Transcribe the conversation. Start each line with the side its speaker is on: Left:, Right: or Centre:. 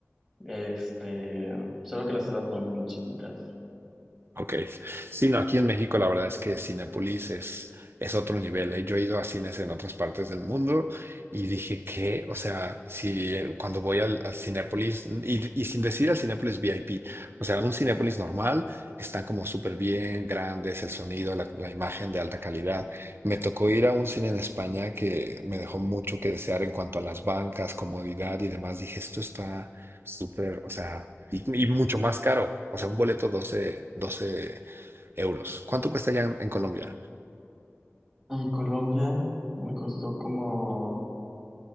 Centre: este, solo que las salas son muy chiquitas.
Right: Ok. Sí, no, aquí en México la verdad es que Cinépolis es, es otro nivel. ¿eh? Yo he ido a cines en otras partes del mundo y dije que, o sea, si eh, cuando voy al, al Cinépolis, y, y sin decir al Cinépolis VIP, o sea, un Cinépolis normal, están como súper bien, grandes, el sonido, la, la imagen de alta calidad. Me tocó ir a un cine en España que me dejó mucho que desear en cuanto a las bancas, comodidad y demás. Dije, esto está Súper, o sea, y, y mucho más caro. O sea, un boleto doce, doce euros. ¿Cuánto cuesta ya en, en Colombia?
Centre: En Colombia me costó como,